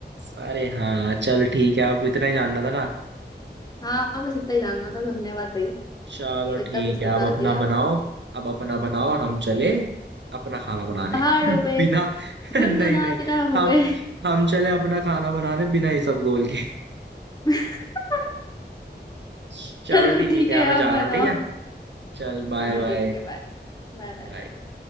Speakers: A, on the right; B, on the left.
A: अरे हाँ चल ठीक है अब इतना ही जानना था ना
B: हाँ बस इतना ही जानना था धन्यवाद भाई
A: चलो
B: इतना
A: ठीक
B: कुछ
A: है
B: बता
A: अब अपना
B: दिया
A: बनाओ अब अपना बनाओ और हम चले अपना खाना बनाने
B: पहाड़ों पे
A: बिना <laughs>
B: गुनगुनाती
A: नहीं नहीं
B: रहा हूँ
A: हम
B: बे
A: हम चले अपना खाना बनाने बिना ये सब गोल के
B: <laughs>
A: <laughs> चलो
B: चलो
A: ठीक
B: ठीक
A: है
B: है
A: मैं
B: आप
A: जा
B: बनाओ
A: रहा हूँ ठीक है चल बाय
B: हाँ
A: बाय
B: ठीक है बाय Bye bye
A: बाय
B: bye